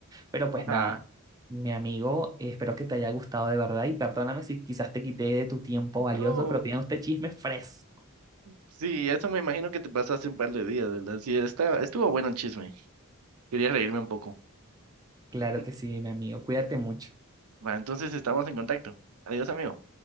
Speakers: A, on the right; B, on the right.
A: Pero pues
B: ajá.
A: nada, mi amigo, eh, espero que te haya gustado de verdad y perdóname si quizás te quité de tu tiempo
B: No,
A: valioso, pero tenía usted chisme fresco.
B: sí, eso me imagino que te pasaste un par de días, ¿verdad? Sí, está, estuvo bueno el chisme. Quería reírme un poco. <laughs>
A: Claro que sí, mi amigo, cuídate mucho.
B: Va, entonces estamos en contacto. Adiós, amigo.